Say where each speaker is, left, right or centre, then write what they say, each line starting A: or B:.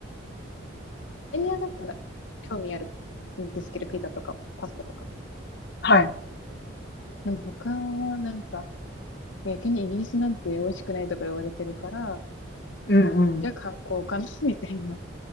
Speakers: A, on the left (about 75°); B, on the left (about 55°).
A: エリアだったら興味あるんですけど、ピザとかパスタとか。
B: はい。
A: でも他はなんか、逆にイギリスなんて美味しくないとか言われてるから、
B: うんうん。
A: じゃあ観光かな <laughs> みたいな。